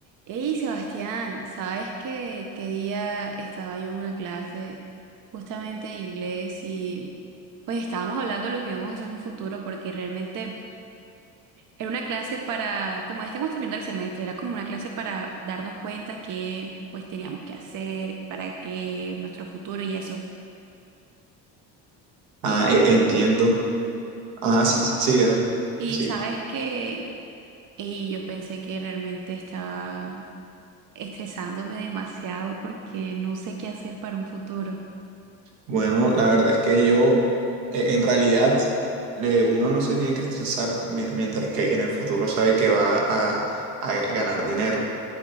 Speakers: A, on the right; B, on the right.
A: Hey Sebastián, ¿sabes qué, qué día estaba yo en una clase justamente de inglés y pues estábamos hablando de lo que íbamos a hacer en un futuro porque realmente era una clase para, como ya estamos terminando el semestre, era como una clase para darnos cuenta que pues teníamos que hacer, para que nuestro futuro y eso. Y,
B: Ah, e- entiendo. Ah, sí, sí, sigue, dale.
A: y
B: Pues Sí.
A: sabes que ey, yo pensé que realmente estaba estresándome demasiado porque no sé qué hacer para un futuro.
B: Bueno, la verdad es que yo, e- en realidad, le, uno no se tiene que estresar mi- mientras que en el futuro sabe que va a, a ganar dinero.